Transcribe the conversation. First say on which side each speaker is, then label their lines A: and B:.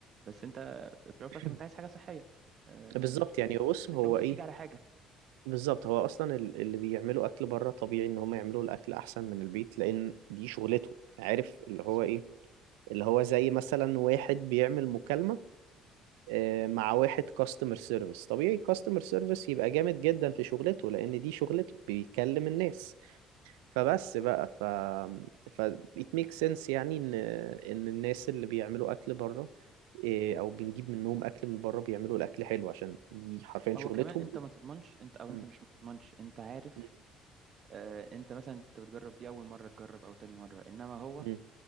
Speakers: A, on the right; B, on the right.
A: بس أنت في الأول
B: <clears throat>
A: وفي الآخر أنت عايز حاجة صحية آه،
B: بالظبط يعني بص هو
A: أنت ممكن
B: ايه
A: تيجي على حاجة
B: بالظبط هو اصلا ال- اللي بيعملوا اكل بره طبيعي ان هم يعملوا الاكل احسن من البيت لان دي شغلته عارف اللي هو
A: مظبوط
B: ايه اللي هو زي مثلا واحد بيعمل مكالمة آه، مع واحد كاستمر سيرفيس طبيعي كاستمر سيرفيس يبقى جامد جدا في شغلته لان دي شغلته بيكلم
A: مظبوط
B: الناس فبس بقى ف ف it makes sense يعني ان ان الناس اللي بيعملوا اكل بره آه، او بنجيب منهم اكل من بره بيعملوا الاكل حلو عشان دي حرفيا
A: هو
B: شغلتهم
A: كمان أنت ما تضمنش أنت أو
B: م-
A: أنت مش ما تضمنش أنت عارف
B: م-
A: آه، أنت مثلا أنت بتجرب دي أول مرة تجرب أو تاني مرة إنما هو
B: م.